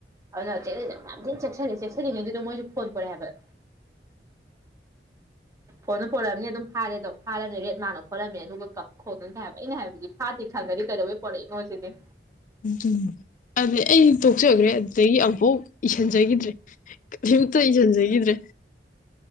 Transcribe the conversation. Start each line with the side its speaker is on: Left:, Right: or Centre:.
Right: ꯑꯗꯨꯅ ꯌꯥꯝ ꯆꯦ ꯆꯦꯛꯁꯤꯜꯂꯤꯉꯩ ꯑꯗꯨꯗꯣ ꯃꯣꯏꯁꯨ ꯐꯣꯠ ꯄꯥꯅꯤ ꯍꯥꯏꯕ ꯐꯣꯟꯅ ꯄ ꯄꯨꯣꯔꯛꯑꯅꯤ ꯑꯗꯨꯝ ꯐꯥꯔꯦꯗꯣ ꯐꯥꯔꯝꯃꯦ ꯔꯦꯠ ꯃꯥꯅ ꯈꯣꯠꯂꯝꯃꯦ ꯑꯗꯨꯒ ꯀꯞ ꯈꯣꯠꯅꯗꯤ ꯍꯥꯏꯕ ꯑꯩꯅ ꯍꯥꯏꯕꯗꯤ ꯐꯥꯗꯦ ꯈꯪꯗꯗꯤ ꯀꯩꯗꯧꯕꯩ ꯄꯨꯔꯛꯏꯅꯣ ꯁꯤꯅꯤ
Left: ꯎꯝ ꯎꯝ ꯑꯗꯨꯗ ꯑꯩ ꯇꯣꯛꯆꯈ꯭ꯔꯦ ꯑꯗꯨꯗꯒꯤ ꯑꯕꯣꯛ ꯏꯁꯤꯟꯖꯈꯤꯗ꯭ꯔꯦ ꯑꯃꯨꯛꯇ ꯏꯁꯤꯟꯖꯈꯤꯗ꯭ꯔꯦ